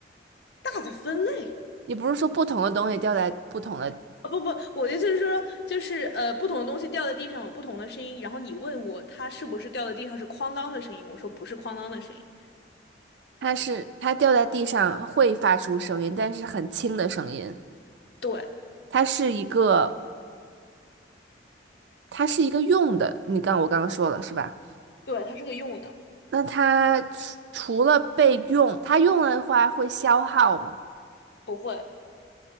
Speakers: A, on the left; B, on the right.
A: 大的分类。
B: 你不是说不同的东西掉在不同的，
A: 啊不不，我的意思是说，就是呃，不同的东西掉在地上有不同的声音，然后你问我它是不是掉在地上是哐当的声音，我说不是哐当的声音。
B: 它是它掉在地上会发出声音，但是很轻的声音。
A: 对，
B: 它是一个，它是一个用的。你刚我刚刚说了是吧？
A: 对，它是个用的，
B: 那它除除了被用，它用了的话会消耗吗？
A: 不会，